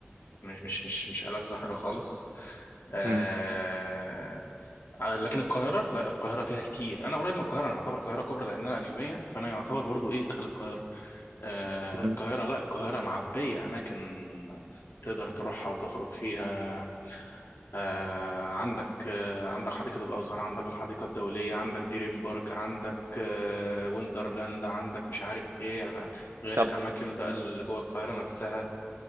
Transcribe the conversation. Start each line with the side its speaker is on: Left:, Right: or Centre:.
Left: مش مش مش مش ألذ حاجه خالص آه،
Right: مم.
Left: على- لكن القاهرة لا القاهرة فيها كتير أنا قريب من القاهرة أنا أعتبر القاهرة كبرى لأن أنا اليومية فأنا يعتبر برضو إيه داخل القاهرة آه
Right: مم.
Left: القاهرة لا القاهرة معبية أماكن تقدر تروحها وتخرج فيها آه عندك آه عندك حديقة الأزهر عندك الحديقة الدولية عندك دريم بارك عندك آه ويندرلاند عندك مش عارف إيه غير
Right: طب
Left: الأماكن بقى اللي جوه القاهرة نفسها